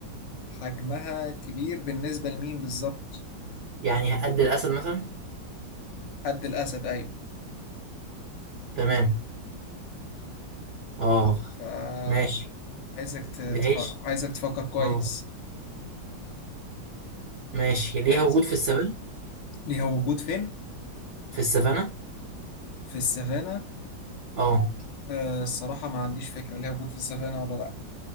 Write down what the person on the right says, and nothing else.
يعني قد الاسد مثلا
تمام
اه
ماشي
بتعيش
اه ماشي
ليها وجود في السفن
في السفنه
اه